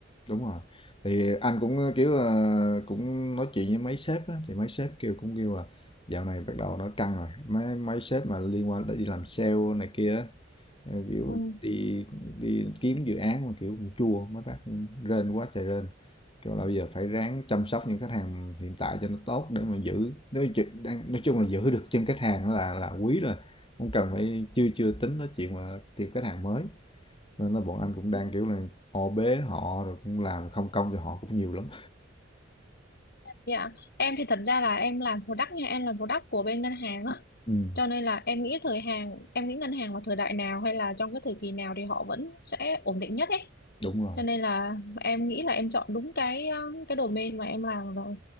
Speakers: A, on the left; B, on the left.
A: đúng rồi. Thì anh cũng, ờ, kiểu, ờ, cũng nói chuyện với mấy sếp á, thì mấy sếp kêu cũng kêu là dạo này bắt đầu nó căng rồi, mấy mấy sếp mà liên quan tới đi làm sale này kia á, ờ, kiểu,
B: Ừ.
A: đi đi kiếm dự án mà, kiểu, cũng chua, mấy bác cũng rên quá trời rên. Kêu là bây giờ phải ráng chăm sóc những khách hàng hiện tại cho nó tốt để mà giữ nói ch đang nói chung là giữ được chân khách hàng là là quý rồi, không cần phải chưa chưa tính nói chuyện mà tìm khách hàng mới nên là bọn anh cũng đang kiểu là o bế họ rồi cũng làm không công cho họ cũng nhiều lắm
B: Dạ, Em thì thật ra là em làm product nha, em làm product của bên ngân hàng á.
A: ừ
B: Cho nên là em nghĩ thời hàng, em nghĩ ngân hàng vào thời đại nào hay là trong cái thời kỳ nào thì họ vẫn sẽ ổn định nhất ấy.
A: đúng rồi
B: cho nên là em nghĩ là em chọn đúng cái um, cái domain mà em làm rồi